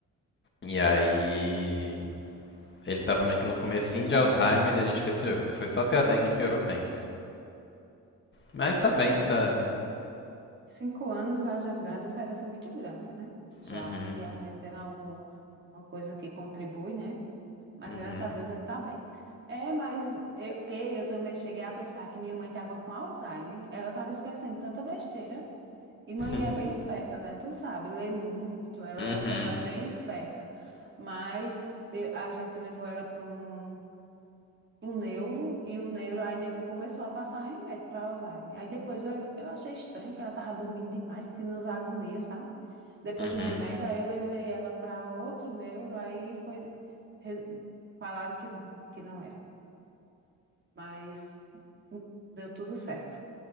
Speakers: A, on the left; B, on the right.
A: E aí. Ele tava meio que no comecinho de Alzheimer e a gente percebeu que foi só ter a dengue que piorou bem. Mas tá
B: Alzheimer
A: bem, tá.
B: Cinco anos a gente vê uma diferença muito grande, né? Já.
A: Uhum,
B: E assim, tendo alguma coisa que contribui, né? Mas
A: uhum.
B: graças a Deus ele tá bem. É, mas eu, ei, eu também cheguei a pensar que minha mãe estava com Alzheimer. Ela estava esquecendo tanta besteira. E mãe
A: <laughs>
B: é bem esperta, né? Tu sabe, lê muito, ela,
A: Uhum,
B: ela é bem esperta. Mas eu- a gente levou ela para um o neuro e o neuro ainda começou a passar remédio para Alzheimer. Aí depois eu, eu achei estranho que ela tava dormindo demais, tendo umas agonias, sabe? Depois
A: uhum, uhum.
B: do remédio, aí eu levei ela para outro neuro, aí foi res- falaram que não, que não era. Mas deu tudo certo.